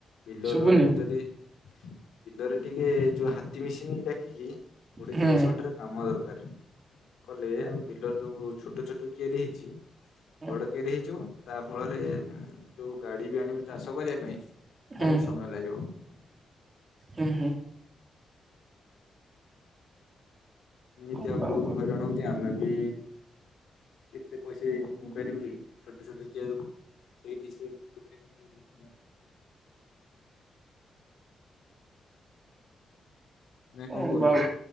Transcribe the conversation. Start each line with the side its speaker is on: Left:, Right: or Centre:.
Left: ବିଲ
Right: ଶୁଭୁନି
Left: ରୁଆକୁ ଯଦି ବିଲରେ ଟିକେ ଯୋଉ ହାତୀ ମିଶିନି ଡାକିକି କୋଡିଏ
Right: ହୁଁ
Left: ଚାଳିଶ ଘଣ୍ଟାରେ କାମ ଦରକାର କଲେ ଆମ ବିଲର ଯୋଉ ଛୋଟ ଛୋଟ କିଆରି ହେଇଛି
Right: ହୁଁ
Left: ବଡ କିଆରି ହେଇଯିବ। ତା ଫଳରେ ଯୋଉ ଗାଡି ବି ଆଣିବୁ ଚାଷ କରିବା ପାଇଁ
Right: ହୁଁ
Left: କମ୍ ସମୟ ଲାଗିବ।
Right: ହୁଁ, ହୁଁ।
Left: ଏମିତି
Right: କଣ
Left: ଆଉ
Right: ବା
Left: ବହୁତ
Right: କରିବି।
Left: ହଇରାଣ ହୋଉଚି ଆମେବି ଏତେ ପଇସା ଇଏ ପାରିବୁକି ଛୋଟ ଛୋଟ କିଆରି ସେଇଠି ସେ। <unintelligible> ନା
Right: କଣ
Left: କହୁଛ
Right: ଆଉ